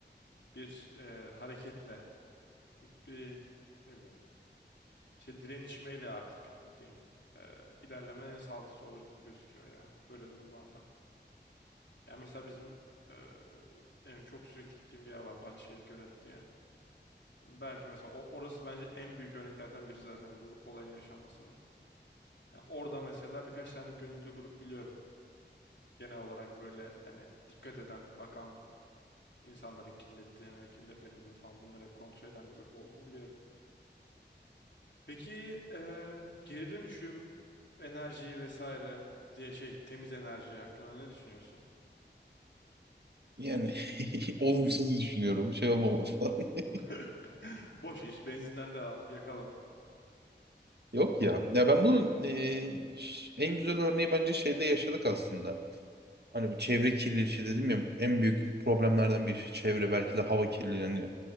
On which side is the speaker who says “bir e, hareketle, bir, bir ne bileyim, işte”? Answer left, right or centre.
Left